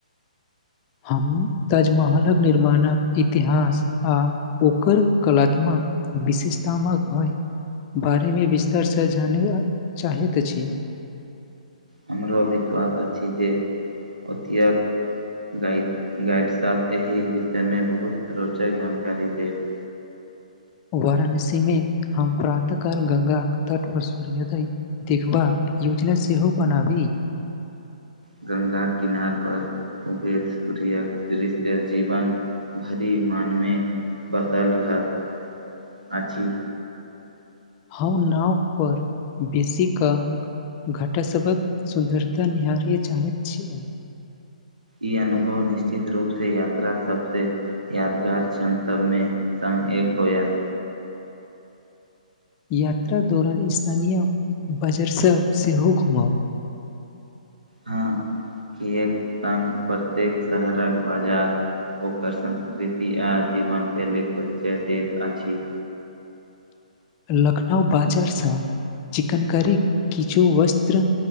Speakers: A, on the left; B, on the right.
A: हम ताजमहलक निर्माणक इतिहास आ ओकर कलात्मक विशेषता हमर घय <unintelligible> बारेमे विस्तारसँ जानया चाहैत अछि
B: हमरो विश्वास अछि जे ओतेके गाइड गाइडसभ एहि विषयमे बहुत रोचक जानकारी देत <inaudible>
A: वाराणसी मे हम प्रातः काल गंगा के तट पर सूर्योदय देखबाक यो जना सेहो बनाबी
B: गंगाक किनार पर उगैत सूर्यक दृश्य जीवन भरि मनमे बसल रहत अछि
A: हम नाव पर बेसी क घटा सहभक सुन्दरता निहारीए चाहत छिये
B: ई अनुभव निश्चित रूप से यात्रा सबसे यादगार क्षण सब मे जान एक होयत
A: यात्रा दौरान स्थानीय बजरसभ सेहो घुमब
B: हँ किएक तऽ प्रत्येक शहरक बाजार ओकर संस्कृति आ जीवन शैलीक परिचय दैत अछि
A: लखनउ बाजार साम चिकन करी किछु वस्त्र